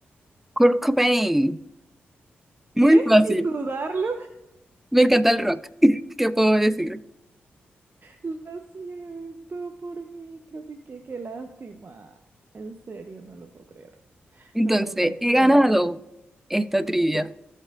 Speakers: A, in the centre; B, on the right (about 45°).
A: Kurt Cobain. Muy
B: ¿Qué?
A: fácil.
B: Sin dudarlo.
A: Me encanta el rock. <laughs> ¿Qué puedo decir?
B: Lo siento por mí, casi que qué lástima. En serio, no lo puedo creer.
A: Entonces,
B: No lo puedo creer.
A: he ganado
B: Ganaste.
A: esta trivia.
B: Sí.